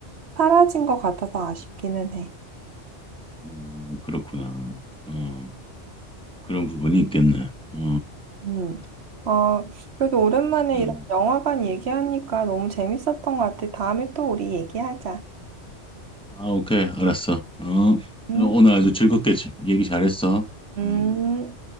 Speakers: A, on the right; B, in the centre.
A: 사라진 것 같아서 아쉽기는 해.
B: 음, 음, 그렇구나. 어, 그런 부분이 있겠네. 어,
A: 음. 어, 그래도 오랜만에
B: 음.
A: 이런 영화관 얘기하니까 너무 재밌었던 것 같아. 다음에 또 우리 얘기하자.
B: 아, 오케이. 알았어. 어,
A: 음,
B: 오늘 아주 즐겁게 지- 얘기 잘했어.
A: 음.
B: 음.